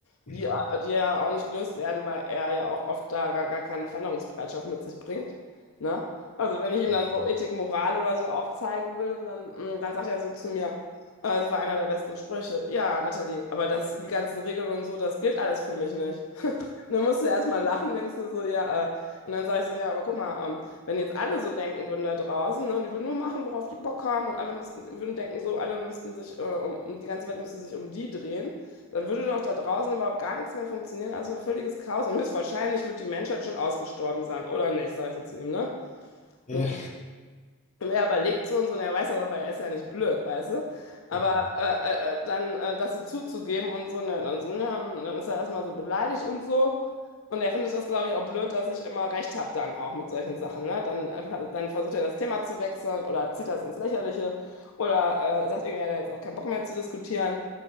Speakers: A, on the left; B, on the left.
A: Die,
B: Mhm.
A: äh, die ja auch nicht gelöst werden, weil er ja auch oft da gar, gar keine Veränderungsbereitschaft mit sich bringt, ne? Also wenn ich ihm
B: Mhm.
A: dann so Ethik, Moral oder so aufzeigen will und dann, mm, dann sagt er so zu mir, äh, das war einer der besten Sprüche. Ja, Nathalie, aber das, die ganzen Regeln und so, das gilt alles für mich nicht. <laughs> dann musst du erstmal lachen, denkst dir so, ja, äh, und dann sage ich so, ja, aber guck mal, ähm, wenn jetzt alle so denken würden da draußen, ne, und die würden nur machen, worauf die Bock haben, und alle müssten, würden denken, so, alle müssten sich, äh, um, um- die ganze Welt müsste sich um die drehen, dann würde doch da draußen überhaupt gar nichts mehr funktionieren, also ein völliges Chaos. Und höchstwahrscheinlich wird die Menschheit schon ausgestorben sein, oder nicht, sag ich so zu ihm, ne?
B: Ja.
A: Und und er überlegt so und so, und er weiß das auch, weil er ist ja nicht blöd, weißt du? Aber
B: Mhm.
A: äh, äh, äh, dann äh, das so zuzugeben und so, ne, dann so, ja, dann ist er erstmal so beleidigt und so. Und er findet das, glaube ich, auch blöd, dass ich immer recht habe dann auch mit solchen Sachen, ne? Dann, äh, dann versucht er das Thema zu wechseln oder zieht das ins Lächerliche oder äh, sagt irgendwie, er hat jetzt auch keinen Bock mehr zu diskutieren.